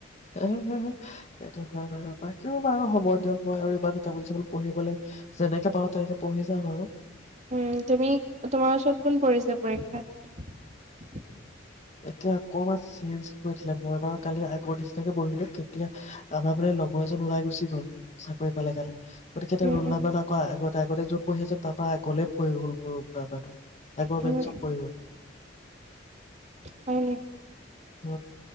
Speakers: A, on the left (about 40°); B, on the right (about 40°).
A: এইটো হয় বাৰ বাকী বাৰ হ'ব দিয়ক মই আৰু এইবাৰ টেবুল চেবুল পঢ়িবলৈ যেনেকে পাওঁ তেনেকে পঢ়ি যাম আৰু
B: উ তুমি তোমাৰ ওচৰত কোন পৰিছা পৰীক্ষাত
A: এতিয়া অকমান চেঞ্জ কৰি দিলে মই বাৰু কালি আগৰ নিচিনাকে বহিলো তেতিয়া আমাৰ মানে লগৰ এজন ওলাই গুচি গল চাকৰি পালে কাৰণে গতিকে এতিয়া
B: উম
A: ৰুল
B: উম
A: নাম্বাৰ আকৌ আগতে আগতে যত পৰিছিল, তাৰ পৰা আগলে পৰি গ'ল মোৰ ৰল নাম্বাৰটো আগৰ
B: উম
A: বেঞ্চত পৰি গল।
B: হয়াই ন!
A: উ